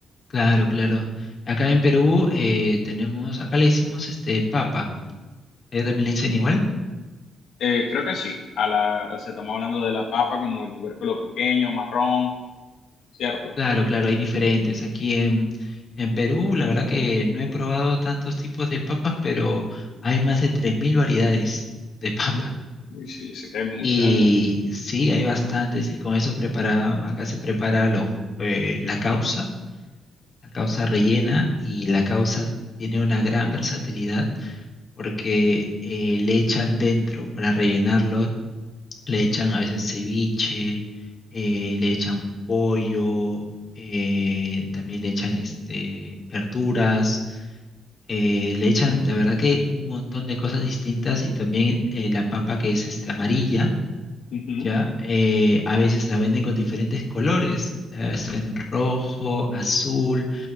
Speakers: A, on the left (about 40°); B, on the left (about 75°).
A: Claro, claro. Acá en Perú eh, tenemos, acá le decimos este papa. ¿Ella también le dicen igual?
B: Eh, creo que sí. A la, o sea, estamos hablando de la papa como el tubérculo pequeño, marrón, ¿cierto?
A: Claro, claro, hay diferentes. Aquí en, en Perú, la verdad que no he probado tantos tipos de papas, pero hay más de 3.000 variedades de papas.
B: Sí. Uy, sí, sé que hay mucha.
A: Y sí, hay bastantes. Y con eso prepara, acá se prepara lo- eh, la causa, la causa rellena y la causa tiene una gran versatilidad porque eh, le echan dentro para rellenarlo, le echan a veces ceviche, eh, le echan pollo, eh, también le echan este, verduras, eh, le echan, la verdad que un montón de cosas distintas y también eh, la papa que es este, amarilla
B: Ujú.
A: ya, eh, a veces la venden con diferentes colores, la hacen rojo, azul,